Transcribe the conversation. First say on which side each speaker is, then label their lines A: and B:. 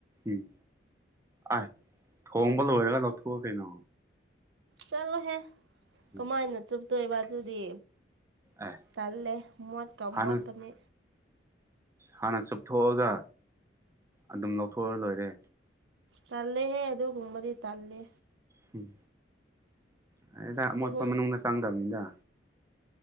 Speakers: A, on the right (about 15°); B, on the right (about 75°).
A: ꯎꯝ ꯑꯥꯏ ꯊꯣꯡꯕ ꯂꯣꯏꯔꯒ ꯂꯧꯊꯣꯛꯑꯣ ꯀꯩꯅꯣ
B: ꯆꯠꯂꯣꯍꯦ
A: ꯎꯝ
B: ꯀꯃꯥꯏꯅ ꯆꯨꯞꯇꯣꯏꯕ ꯑꯗꯨꯗꯤ
A: ꯑꯦ
B: ꯇꯜꯂꯦ ꯃꯣꯠꯀꯥ
A: ꯍꯥꯟꯅ
B: ꯃꯣꯠꯄꯅꯦ
A: ꯍꯥꯟꯅ ꯆꯨꯞꯊꯣꯛꯑꯒ ꯑꯗꯨꯝ ꯂꯧꯊꯣꯛꯑ ꯂꯣꯏꯔꯦ
B: ꯇꯜꯂꯦꯍꯦ ꯑꯗꯨꯒꯨꯝꯕꯗꯤ ꯇꯜꯂꯦ
A: ꯍꯨꯝ <unintelligible> ꯑꯃꯣꯠꯄ
B: ꯑꯗꯨꯒꯨꯝ
A: ꯃꯅꯨꯡꯗ ꯆꯥꯡꯗꯝꯅꯤꯗ